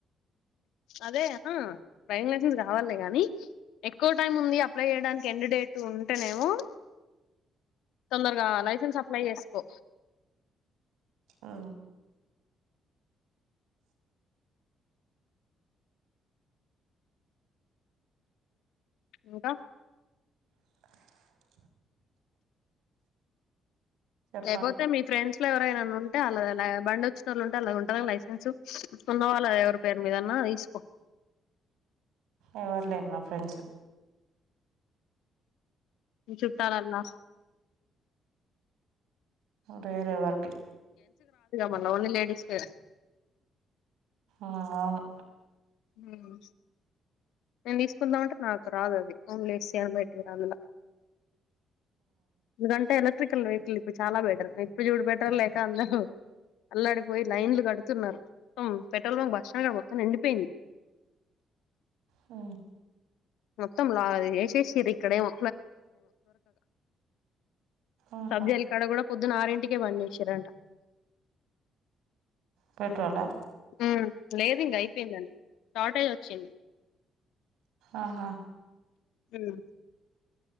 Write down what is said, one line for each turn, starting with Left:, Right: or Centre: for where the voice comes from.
Left: అదేహ డ్రైవింగ్ లైసెన్స్ కావాలే గానీ ఎక్కువ టైమ్ ఉంది అప్లై చేయడానికి ఎం డేట్ ఉంటేనేమో తొందరగా లైసెన్స్ అప్లై చేసుకో
Right: ఆ
Left: ఇంకా
Right: ఇనోడి అడిబుల్ చెప్పాలి
Left: లేయిపోతే మీ ఫ్రెండ్స్ ఎవరైనా ఉంటే అళ్ళ బండి వచ్చిన వాళు ఉంటే అలా ఉంటుందా లైసెన్స్ ఉన్నవాళ్ల ఎవరి పేరు మీదన్నా తీసుకో
Right: ఎవరు లేరు మా ఫ్రెండ్స్
Left: మీ చుట్టూల అల్లా
Right: వేరే వరకి
Left: కొంతమంది లేడీస్కి
Right: అవును
Left: హ్మ్ నేను తీసుకుందామంటే నాకు రాద్ అది ఓన్లీ ఎస్ యా మెట్ దాన్ డ్లు లా ఎందుకంటే ఎలక్ట్రికల్ వెహికల్ ఇప్పుడు చాలా బెటర్ ఇప్పుడు చూడు పెట్రోల్ లేక అందరూ, అల్లాడిపోయి లైన్లు కడుతున్నారు, త్తం పెట్రోల్ బంక్ బస్ స్టాండ్ మొత్తం నిండిపోయింది.
Right: ఆ
Left: మొత్తం లాగ ఏశేషీర్ ఇక్కడ ఏమో
Right: ఆహా
Left: సబ్ జైల్ కాడ కూడా పొద్దున్న ఆరిన్ కే బం చేశిర్ అంట
Right: పెట్రోలా
Left: హ్ లేద్ ఇంగ అయిపోయిందండి షార్టేజ్ వ చెన్
Right: ఆహా
Left: అ